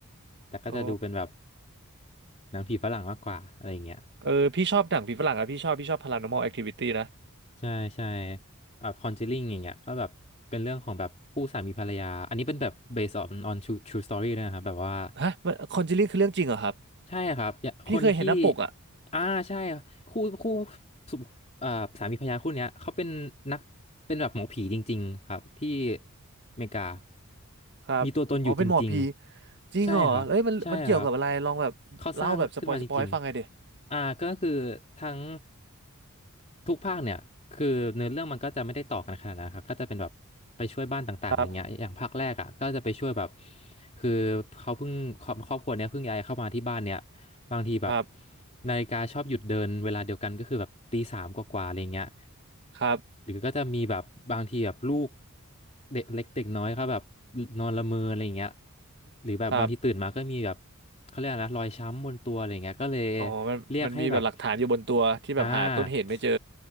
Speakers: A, on the left; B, on the right.
A: แต่ก็จะดูเป็นแบบ
B: โอ้
A: หนังผีฝรั่งมากกว่าอะไรอย่างเงี้ย
B: เออพี่ชอบหนังผีฝรั่งอะพี่ชอบพี่ชอบ Paranormal Activity นะ
A: ใช่ใช่แบบคอนเจลิ่งอย่างเงี้ยก็แบบเป็นเรื่องของแบบคู่สามีภรรยา อันนี้เป็นแบบ based on on true true story ด้วยนะครับแบบว่า
B: ฮะคอนเจลิ่งคือเรื่องจริงเหรอครับ
A: ใช่ครับอย่าคนที่
B: พี่เคยเห็นหน้าปกอะ
A: อ่าใช่คู่คู่ เอ่อสามีภรรยาคู่เนี้ยเขาเป็นนักเป็นแบบหมอผีจริงๆครับที่อเมริกา
B: ครับอ๋อเป็นหมอผี
A: มีตัวตนอยู่จริงๆใช่ครับใช่ครับ
B: จริงเหรอเอ้ยมันมันเกี่ยวกับอะไรลองแบบเล่าแบบสปอยสปอยฟังไงเดย
A: เขาสร้างขึ้นมาจริงๆอ่าก็คือทั้งทุกภาคเนี่ยคือเนื้อเรื่องมันก็จะไม่ได้ต่อกันขนาดนั้นครับก็จะเป็นแบบไปช่วยบ้านต่างๆอะไรเงี้ยอย่างภาคแรกอ่ะก็จะไปช่วยแบบ
B: ครับ
A: คือเขาเพิ่งครอบครอบครัวเนี้ยเพิ่งย้ายเข้ามาที่บ้านเนี่ย บางทีแบบ
B: ครับ
A: นาฬิกาชอบหยุดเดินเวลาเดียวกันก็คือแบบตีสามกว่าๆอะไรเงี้ย
B: ครับ
A: หรือก็จะมีแบบบางทีแบบลูกเด็กเล็กเด็กน้อยเขาแบบนอนละเมออะไรเงี้ยหรือแบบบางทีตื่นมาก็มีแบบ
B: ครับ
A: เขาเรียกอะไรนะรอยช้ำบนตัวอะไรเงี้ยก็เลย
B: อ๋อมันมันมีแบบหลักฐานอยู่บนตัวที่แบบหาต้นเหตุไม่เจอ
A: เรียกให้แบบอ่า